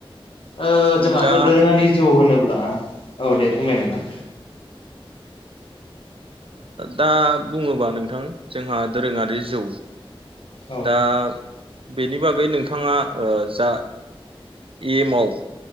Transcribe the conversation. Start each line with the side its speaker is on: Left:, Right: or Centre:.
Left: ओ जोंहाथ'
Right: दा
Left: दोरोङारि जौ होनोब्ला। औ दे बुंनाय नोंथां।
Right: दा बुङोबा नोंथां जोंहा दोरोङारि जौ।
Left: औ
Right: दा बेनि बागै नोंथाङा जा। एमाव